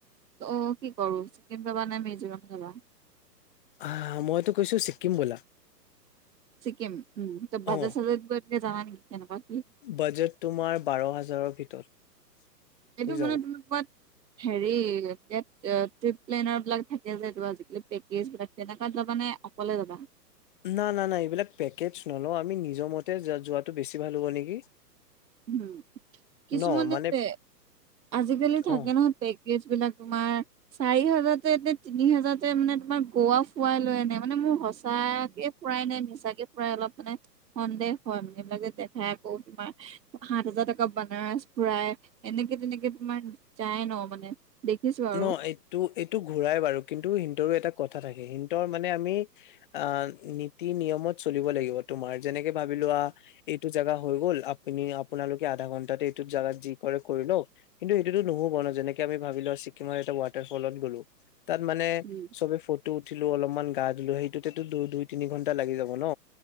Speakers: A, on the right; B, on the left.
A: অ', কি কৰো ছিকিম যাবা নে মিজোৰাম যাবা?
B: আহ মইতো কৈছো ছিক্কিম ব'লা।
A: চিক্কিম উম। ত' বাজেট
B: অ
A: চাজেত কিবা জানা নেকি তেনেকুৱা?
B: বাজেট তোমাৰ বাৰ হাজাৰৰ ভিতৰত।
A: এইটো
B: হৈ যাব
A: মানে তুমি কোৱাত হেৰি টেট ট্ৰিপ প্লেনাৰবিলাক থাকে যে কিবা আজিকালি পেকেজবিলাক তেনেকুৱাত যাবা নে অকলে যাবা?
B: না, না, না এইবিলাক পেকেজ নলওঁ, আমি নিজৰ মতে যোৱাটো বেছি ভাল হ'ব নেকি?
A: উম, কিছুমানে
B: ন মানে
A: যে আজিকালি থাকে
B: অ
A: নহয় পেক কেজবিলাক তোমাৰ চাৰি হাজাৰতে নে তিনি হাজাৰতে মানে তোমাৰ গোৱা ফুৱাই লৈ আনে। মানে মোৰ সঁচাকে ফুৰাই নে মিচাকে ফুৰাই অলপ মানে সন্দেহ হয় মানে এইবিলাক যে দেখাই আকৌ তোমাৰ সাত হাজাৰ টকাত বানাৰস ফুৰাই, এনেকে তেনেকে তোমাৰ যায় ন মানে। দেখিছো আৰু
B: ন এইটো এইটো ঘূৰাই বাৰু কিন্তু সিহঁতৰো এটা কথা থাকে। সিহঁতৰ মানে আমি আ নীতি নিয়মত চলিব লাগিব তোমাৰ। যেনেকে ভাবি লোৱা এইটো জেগা হৈ গ'ল, আপুনি আপোনালোকে আধা ঘন্টাতে এইটো জাগাত যি কৰে কৰি লওক কিন্তু সেইটোতো ন'হব ন, যেনেক আমি ভাবি লোৱা ছিক্কিম তোমাৰ এটা ৱাটাৰ ফলত গ'লো। তাত মানে
A: উম
B: চবে ফ টো উঠিলো অলপমান গা-ধুলো। সেইটোতে দুই দুই তিনি ঘন্টা লাগি যাব ন'?